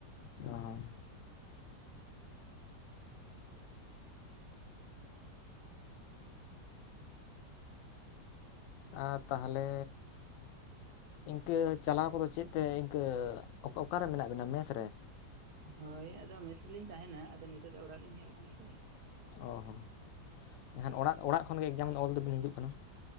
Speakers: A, on the left; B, on the right.
A: ᱚᱦᱚᱸ ᱟᱨ ᱛᱟᱦᱞᱮ ᱤᱱᱠᱟᱹ ᱪᱟᱞᱟᱣ ᱠᱚᱫᱚ ᱪᱮᱫ ᱛᱮ ᱤᱱᱠᱟᱹ ᱚᱠᱟᱨᱮ ᱢᱮᱱᱟᱜ ᱵᱮᱤᱟ? ᱢᱮᱥ ᱨᱮ!
B: ᱦᱳᱭ ᱟᱫᱚ ᱢᱮᱥ ᱞᱤᱧ ᱛᱟᱦᱮᱱᱟ ᱟᱫᱚ ᱱᱤᱛᱚᱜ ᱫᱚ ᱚᱲᱟᱜ ᱞᱤᱧ ᱦᱮᱡ ᱟᱠᱟᱱᱟ ᱛᱚ᱾
A: ᱚ ᱦᱚᱸ ᱮᱱᱠᱷᱟᱱ ᱚᱲᱟᱜ ᱚᱲᱟᱜ ᱠᱷᱚᱱᱜᱮ ᱮᱠᱡᱟᱢ ᱚᱞ ᱫᱚᱵᱤᱱ ᱦᱤᱡᱩᱜ ᱠᱟᱱᱟ